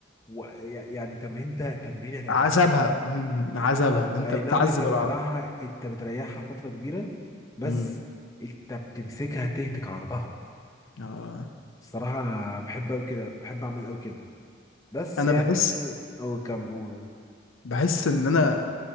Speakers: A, on the left; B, on the left.
A: و... يعني تمرين تمرينه تمرينه
B: عذابها <laughs> مم، عذابها
A: بالظبط
B: انت
A: اي
B: بتعذب
A: نعم انت بتريحها
B: العضلة
A: انت بتريحها فتره كبيره بس
B: مم.
A: انت بتمسكها تهتك عرضها
B: اه
A: الصراحه انا بحب قوي كده بحب اعمل قوي كده بس
B: انا
A: يعني
B: بحس
A: او كم او
B: بحس ان انا